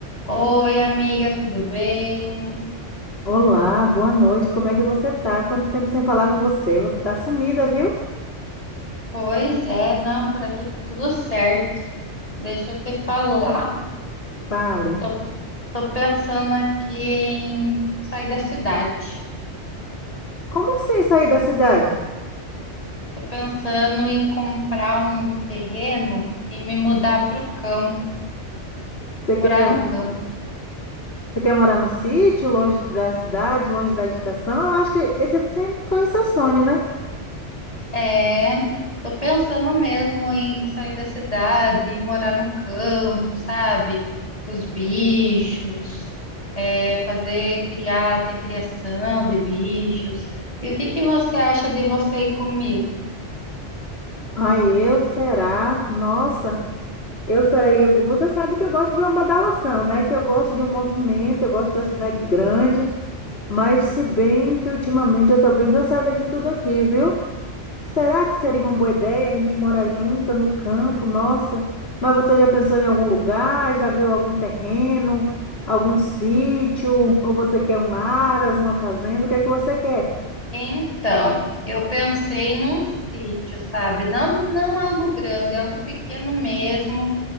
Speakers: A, on the left; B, on the left.
A: Oi, amiga, tudo bem?
B: Olá, boa noite. Como é que você tá? Quanto tempo sem falar com você? Você tá sumida, viu?
A: Pois é, não, por aqui tá tudo certo. Deixa eu te falar.
B: Ó, Fale.
A: Tô, tô pensando aqui em sair da cidade.
B: Como assim sair da cidade?
A: Tô pensando em comprar um terreno e me mudar para o campo,
B: Você
A: morar
B: quer,
A: no
B: você
A: campo.
B: quer morar num sítio, longe da cidade, longe da agitação? Eu acho que esse sempre foi o seu sonho, né?
A: É, tô pensando mesmo em sair da cidade e morar no campo, sabe? Com os bichos, é, fazer, criar, ter criação de bichos. E o que que você acha de você ir comigo?
B: Ai, eu, será? Nossa, eu saí. eu- Você sabe que eu gosto de uma badalação, né? Que eu gosto de um movimento, eu gosto da cidade grande. Mas se bem que ultimamente eu tô bem cansada de tudo aqui, viu? Será que seria uma boa ideia a gente morar junta no campo? Nossa, mas você já pensou em algum lugar? Já viu algum terreno, algum sítio? Ou você quer um aras, uma fazenda? O que é que você quer?
A: Então, eu pensei num sítio, sabe? Não, não algo grande, é algo pequeno mesmo.